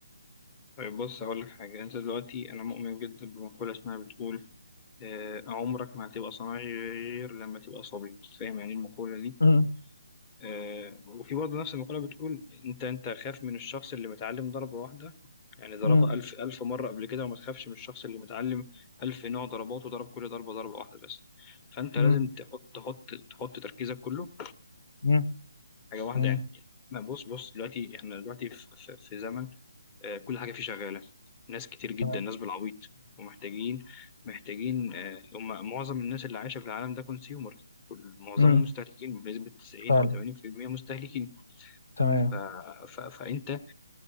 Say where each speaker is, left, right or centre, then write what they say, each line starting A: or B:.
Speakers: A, on the left; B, on the left.
A: طيب بص هقول لك حاجة أنت دلوقتي أنا مؤمن جدا بمقولة اسمها بتقول آه، عمرك ما هتبقى صناعي غير لما تبقى صبي فاهم يعني إيه المقولة دي؟
B: مم،
A: آه، وفي برضه نفس المقولة بتقول انت انت خاف من الشخص اللي متعلم ضربة واحدة يعني ضربها
B: مم،
A: ألف ألف مرة قبل كده وما تخافش من الشخص اللي متعلم ألف نوع ضربات وضرب كل ضربة ضربة واحدة بس فأنت
B: مم،
A: لازم تحط تحط تحط تركيزك كله
B: مم،
A: حاجه واحده
B: مم،
A: يعني ما بص بص دلوقتي احنا دلوقتي في, في, في زمن آه، كل حاجه فيه شغاله ناس كتير جدا
B: تمام
A: ناس بالعبيط ومحتاجين محتاجين آه، هم معظم الناس اللي عايشه في العالم ده كونسيومر معظمهم
B: مم،
A: مستهلكين بنسبه 90
B: فعلا
A: او 80% مستهلكين
B: تمام
A: ف... ف... فانت آه،